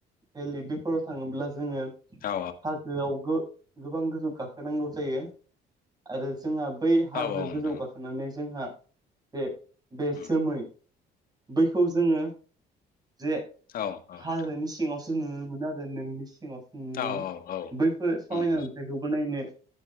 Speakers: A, on the right (about 25°); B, on the left (about 55°).
A: भेलि बैफोराव थाङोब्ला जोङो
B: औ
A: हाजोआव गो-गोबां गोजौ गाखोनांगौ जायो आरो जोंहा बै हाजो
B: औ नोंथां
A: गोजौ गाखोनानै जोंहा जे बे
B: उम
A: जोमै बैखौ जोङो जे
B: औ नोंथां
A: हाजोनि सिङाव सो नुनो मोनो आरो नोंनि सिङावसो नुनो मोनो
B: औ औ औ
A: बैफोर समायना
B: उम
A: नुथायाइखौबो नायनो